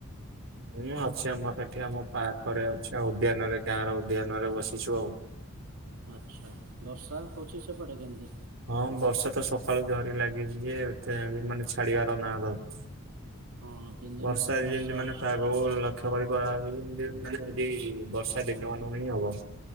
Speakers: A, on the right (about 60°); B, on the right (about 85°).
A: ମୁଁ ଅଛି, ଆମର ଏଠି ଆମ ପାର୍କରେ ଅଛି। ଆ ଉଦ୍ୟାନରେ ଗାଁର ଉଦ୍ୟାନରେ ବସିଛୁ ଆଉ।
B: ଆଚ୍ଛା ବର୍ଷା ହଉଛି? ସେପଟେ କେମିତି?
A: ହଁ ବର୍ଷା ତ ସକାଳୁ ଝରି ଲାଗିଛି ଯେ ଏତେଯାଏଁ ବି ମାନେ ଛାଡିବାର ନା ଧରୁନି।
B: ହଁ ତିନି ଦିନ
A: ବର୍ଷା
B: ବୋଧେ
A: ଯେନ୍ତି ମାନେ
B: ହଉଛି
A: ପ୍ରାଗହୁ ଲକ୍ଷ <unintelligible> କରି କରାହେଉଛି ଏମତି ବର୍ଷା ଦିନମାନଙ୍କୁ ହିଁ ହବ।